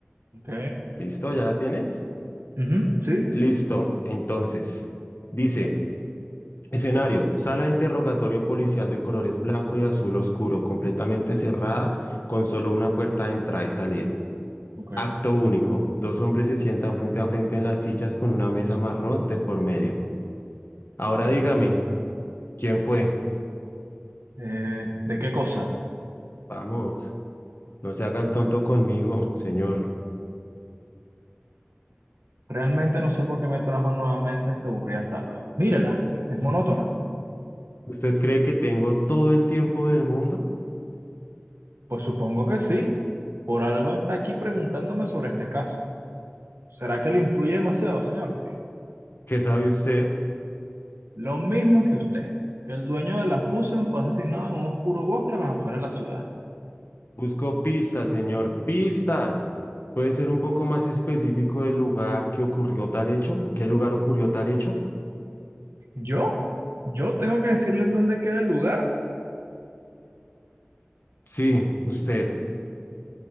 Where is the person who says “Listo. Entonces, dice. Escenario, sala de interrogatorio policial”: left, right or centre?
Left